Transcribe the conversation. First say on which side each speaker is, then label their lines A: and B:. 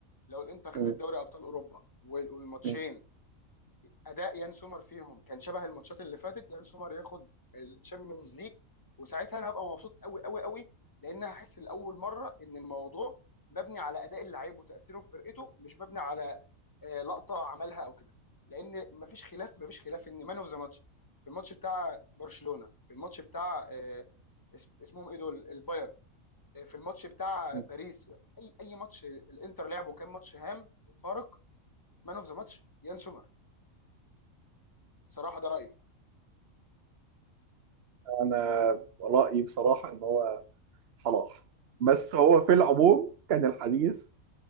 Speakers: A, on the left (about 20°); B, on the right (about 55°).
A: لو الانتر خدت
B: مم.
A: دوري ابطال اوروبا وال- والماتشين
B: مم.
A: اداء يان سومر فيهم كان شبه الماتشات اللي فاتت يان سومر ياخد الشامبيونز ليج وساعتها انا هبقى مبسوط قوي قوي قوي لان هحس لاول مره ان الموضوع مبني على اداء اللعيب وتاثيره في فرقته مش مبني على آه، لقطه عملها او كده لان مفيش خلاف مفيش خلاف ان مان اوف ذا ماتش في الماتش بتاع برشلونه في الماتش بتاع آه، اس- اسمهم ايه دول البايرن آه، في الماتش بتاع
B: مم.
A: باريس اي اي ماتش الانتر لعبه كان ماتش هام وفارق مان اوف ذا ماتش يان سومر صراحه ده رايي
B: انا رايي بصراحه ان هو صلاح بس هو في العموم كان الحديث